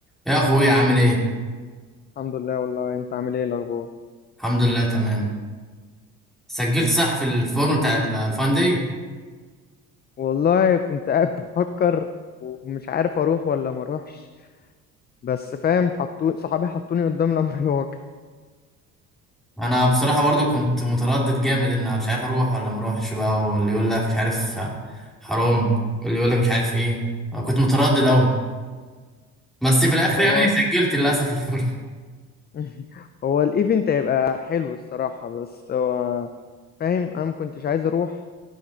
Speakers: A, in the centre; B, on the left (about 30°).
A: يا اخويا عامل ايه
B: الحمد لله والله انت عامل ايه الاخبار
A: الحمد لله تمام سجلت صح في الفورم بتاع ال- الفان دي
B: والله كنت قاعد بفكر ومش عارف اروح ولا ما اروحش بس فاهم حطو صحابي حطوني قدام <laughs> الامر الواقع
A: انا بصراحه برضو كنت متردد جامد ان أنا مش عارف اروح ولا ما اروحش بقى واللي يقول لك مش عارف حرام واللي يقول لك مش عارف ايه انا كنت متردد قوي بس في الاخر
B: هو
A: يعني سجلت للاسف في الفورم
B: <laughs> هو الايفنت هيبقى حلو الصراحة بس هو فاهم انا ما كنتش عايز اروح